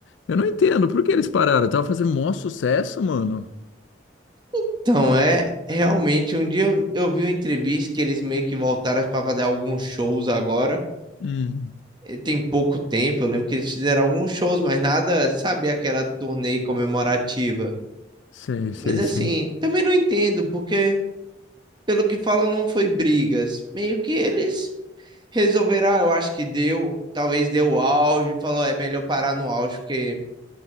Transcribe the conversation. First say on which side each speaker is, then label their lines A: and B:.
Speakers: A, on the left; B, on the right.
A: Eu não entendo, por que eles pararam? Tava fazendo maior sucesso, mano.
B: Então, é realmente um dia eu vi uma entrevista que eles meio que voltaram para fazer alguns shows agora.
A: Hum.
B: eh, tem pouco tempo. Eu lembro que eles fizeram alguns shows, mas nada, sabe, aquela turnê comemorativa.
A: Sei, sei,
B: Mas assim,
A: sei.
B: também não entendo, porque pelo que falam, não foi brigas. Meio que eles resolveram, ah, eu acho que deu, talvez deu o auge, falou, é melhor parar no auge, porque